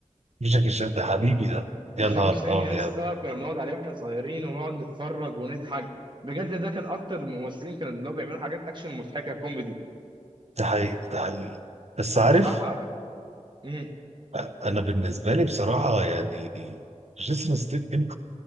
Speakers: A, on the right; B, on the right.
A: جاكي شان ده حبيبي ده
B: جاكي
A: يا نهار
B: شان
A: أبيض
B: يا اسطى كنا بنقعد عليه واحنا صغيرين ونقعد نتفرج ونضحك بجد ده كان اكتر الممثلين كانوا اللي هو بيعملوا حاجات اكشن مضحكه كوميدي
A: ده حقيقي ده حقيقي بس عارف
B: وبصراحه امم
A: أ- أنا بالنسبة لي بصراحة يعني جيسون ستيتم